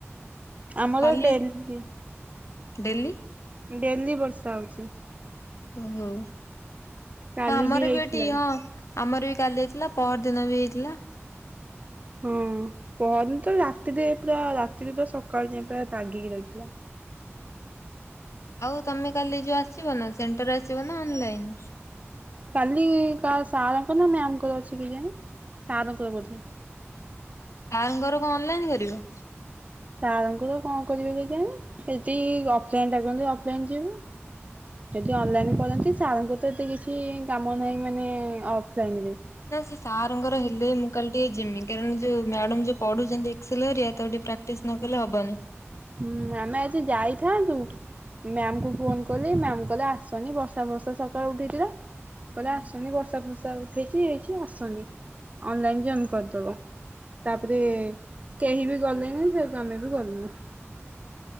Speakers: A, on the left; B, on the right.
A: ଆଉ
B: ଆମର
A: କାଲି
B: ଡେଲି।
A: ଆସି ଡେଲି।
B: ଡେଲି ବର୍ଷା ହୋଉଛି।
A: ଓହୋ
B: କାଲି
A: ହଁ ଆମର
B: ହେଇଥିଲା।
A: ବି ଏଟି ହଁ। ଆମର ବି କାଲି ହେଇଥିଲା ପହର ଦିନ ବି ହେଇଥିଲା।
B: ହୁଁ। ଅଁ ପହନି ତ ରାତିରେ ପୁରା ରାତିରେ ପୁରା ସକାଳୁ ଯାଏଁ ପୁରା ତାଗିକି ରହିଥିଲା।
A: ଆଉ ତମେ କାଲି ଯୋଉ ଆସିବ ନା ସେଣ୍ଟର୍ ରେ ଆସିବ ନା ଅନଲାଇନ୍?
B: କାଲି କା ସାର୍ ଙ୍କ ନା ମ୍ୟାମ୍ ଙ୍କର ଅଛି କେଜାଣି ସାରଙ୍କର ବୋଧେ।
A: ଆ ଙ୍କର କଣ ଅନଲାଇନ୍ କରିବ?
B: ସାର୍ ଙ୍କୁ ତ କଣ କରିବେ ଯଦି ଅଫଲାଇନ୍ ଡାକନ୍ତି ଅଫଲାଇନ୍ ଯିବୁ। ଯଦି ଅନଲାଇନ୍ କରନ୍ତି ସାର୍ ଙ୍କୁ ତ ଏତେ କିଛି କାମ ନାହିଁ ମାନେ ଅଫଲାଇନ୍ ରେ।
A: ନା ସେ ସାରଙ୍କର ହେଲେ ମୁଁ କାଲି ଟିକେ ଜିମି। କାରଣ ଯୋଉ ମ୍ୟାଡାମ୍ ଯୋଉ ପଢ଼ୁଉଛନ୍ତି ଏକ୍ସେଲ୍ ଏରିଆ ତାକୁ ଟିକେ ପ୍ରାକ୍ଟିସ୍ ନକଲେ ହବନି।
B: ହୁଁ ଆମେ ଆଜି ଯାଇଥାନ୍ତୁ ମ୍ୟାମ୍ କୁ ଫୋନ୍ କଲି ମ୍ୟାମ୍ କହିଲେ ଆସନି ବର୍ଷା ଭଷା ସକାଳୁ ଉଠେଇଥିଲା। କିହିଲେ
A: ହୁଁ
B: ଆସନି ବର୍ଷା ଫର୍ଷା ଉଠେଇଛି ହେଇଛି ଆସନି ଅନଲାଇନ୍ ଜଏନ୍ କରିଦବ।
A: ହୁଁ।
B: ତାପରେ କେହି ବି ଗଲେନି ସେଠୁ ଆମେ ବି ଗଲୁନୁ।